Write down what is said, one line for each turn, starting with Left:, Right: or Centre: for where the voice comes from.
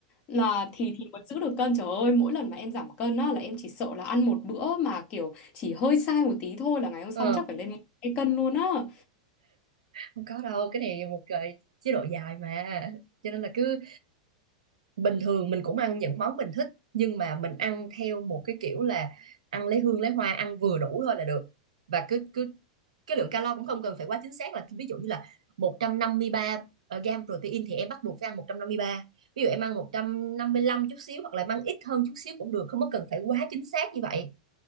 Left: Là thì thì mới giữ được cân. Trời ơi, mỗi lần mà em giảm cân á là em chỉ sợ là ăn một bữa mà kiểu chỉ hơi sai một tí thôi là ngày hôm
Right: ờ.
Left: sau chắc phải lên 2 cân luôn á.
Right: không có đâu cái này một cái chế độ dài mà cho nên là cứ bình thường mình cũng ăn những món mình thích nhưng mà mình ăn theo một cái kiểu là ăn lấy hương lấy hoa ăn vừa đủ thôi là được và cứ cứ cái lượng calo cũng không cần phải quá chính xác là ví dụ như là 153 ờ, gram protein thì em bắt buộc phải ăn một trăm năm mươi ba ví dụ em ăn 155 chút xíu hoặc là em ăn ít hơn chút xíu cũng được không có cần phải quá chính xác như vậy